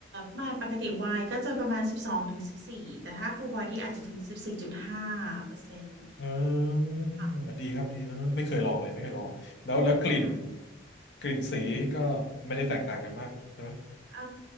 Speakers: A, on the right; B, on the left.
A: ไมาปกติไวน์ก็จะประมาณสิบสองถึงสิบสี่แต่ถ้าฟูลบอดี้อาจจะถึงสิบสี่จุดห้าเปอร์เซ็นต์
B: เออ
A: ค่ะ
B: ดีครับดีเออไม่เคยลองเลยไม่เคยลองแล้วแล้วกลิ่น
A: ค่ะ
B: กลิ่นสีก็ไม่ได้แตกต่างกันมากใช่ไหม
A: เอ่